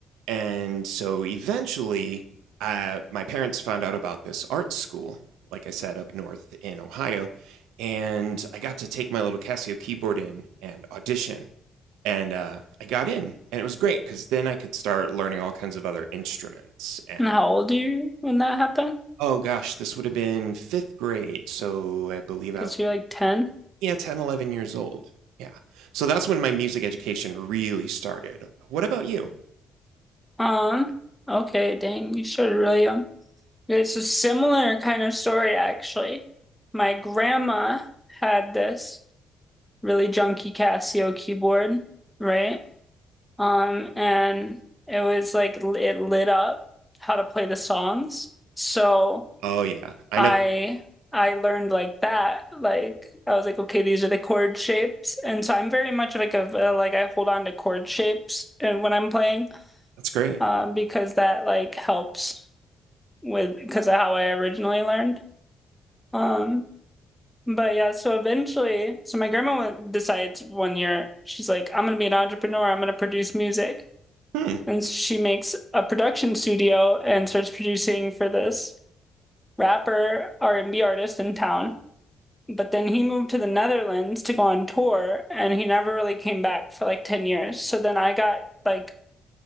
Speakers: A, on the right; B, in the centre.
A: and so eventually uh, my parents found out about this art school, like I said, up north in Ohio, and I got to take my little Casio keyboard in and audition and uh, I got in, and it was great because then I could start learning all kinds of other instruments. And
B: And how old are you when that happened?
A: oh gosh, this would have been fifth grade, so I believe
B: Because
A: I was
B: you're like 10.
A: yeah 10 11 years old. Yeah, so that's when my music education really started. What about you?
B: Um, okay, dang, you started really young. Okay, it's a similar kind of story actually. My grandma had this really junky Casio keyboard, right? Um, and it was like l- it lit up how to play the songs. So
A: Oh yeah, I
B: I
A: know
B: I learned like that. Like I was like, okay, these are the chord shapes, and so I'm very much like a uh, like I hold on to chord shapes and when I'm playing,
A: that's great.
B: um, because that like helps with because of how I originally learned. Um, but yeah, so eventually, so my grandma wa- decides one year she's like, I'm gonna be an entrepreneur. I'm gonna produce music,
A: Hmm.
B: and she makes a production studio and starts producing for this rapper R&B artist in town but then he moved to the Netherlands to go on tour and he never really came back for like 10 years. So then I got like